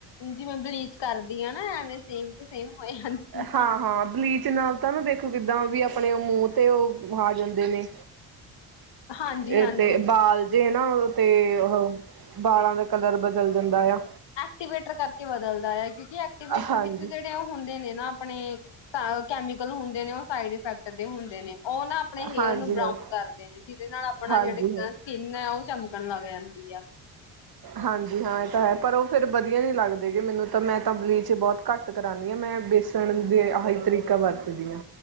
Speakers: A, on the left; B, on the right.
A: ਜਿਵੇਂ ਬਲੀਚ ਕਰਦੀ ਆ ਨਾ ਐਵੇਂ ਸੇਮ ਟੂ ਸੇਮ ਹੋ ਜਾਂਦੀ
B: ਹਾਂ
A: ਆ।
B: ਹਾਂ, ਬਲੀਚ ਬਲੀਚ ਨਾਲ ਤਾਂ ਨਾ ਦੇਖੋ ਕਿੱਦਾਂ ਵੀ ਆਪਣੇ ਮੂੰਹ ਤੇ ਓ ਆ ਜਾਂਦੇ ਨੇ।
A: ਹਾਂਜੀ-ਹਾਂਜੀ।
B: ਏ ਤੇ ਬਾਲ ਜੇ ਨਾ ਓਦੇ ਤੇ ਉਹ ਵਾਲਾਂ ਦਾ ਕਲਰ ਬਦਲ ਜਾਂਦਾ ਆ।
A: ਐਕਟੀਵੇਟਰ ਕਰਕੇ ਬਦਲਦਾ ਐ ਕਿਉਂਕਿ ਐਕਟੀਵੇਟਰ
B: ਹਾਂਜੀ
A: ਵਿੱਚ ਜੇੜ ਓ ਹੁੰਦੇ ਨੇ ਨਾ ਆਪਣੇ ਕੈਮੀਕਲ ਹੁੰਦੇ ਨੇ ਓ ਸਾਈਡ ਇਫੈਕਟ ਦੇ ਹੁੰਦੇ ਨੇ। ਓ ਨਾ, ਆਪਨੇ ਹੇਅਰ
B: ਹਾਂਜੀ
A: ਨੂੰ ਬਰਾਉਨ
B: ਹਾਂ
A: ਕਰਦੇ ਨੇ, ਜਿਹਦੇ ਨਾਲ ਆਪਣਾ
B: ਹਾਂਜੀ
A: ਜੇਹੜੀ ਸਕਿਨ
B: ਹਾਂ
A: ਐ, ਓ ਚਮਕਣ ਲੱਗ ਜਾਂਦੀ ਆ।
B: ਹਾਂਜੀ ਹਾਂ, ਏਹ ਤਾਂ ਹੈ। ਪਰ ਉਹ ਫੇਰ ਵਧੀਆ ਨੀ ਲੱਗਦੇ ਗੇ ਮੈਨੂੰ ਤਾਂ, ਮੈਂ ਤਾਂ ਬਲੀਚ ਬੌਤ ਘੱਟ ਕਰਾਂਨੀ ਆਂ, ਮੈਂ ਬੇਸਣ ਦੇ ਆਹੀ ਤਰੀਕਾ ਵਰਤਦੀ ਆਂ।